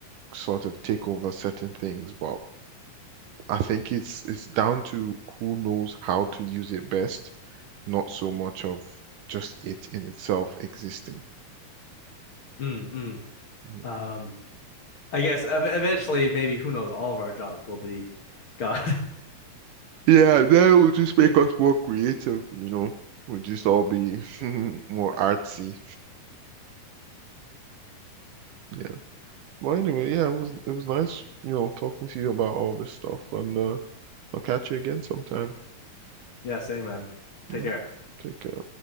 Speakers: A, on the right; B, on the left.
A: sort of take over certain things, but I think it's it's down to who knows how to use it best, not so much of just it in itself existing.
B: mm,
A: Mm.
B: mm. um I guess ev- eventually maybe who knows all of our jobs will be gone
A: Yeah, that will just make
B: <laughs>
A: us more creative, you know. We'll just all be <laughs> more artsy. Yeah. Well, anyway, yeah, it was it was nice, you know, talking to you about all this stuff, and uh, I'll catch you again sometime.
B: yeah same man
A: You
B: take
A: know,
B: care
A: take care.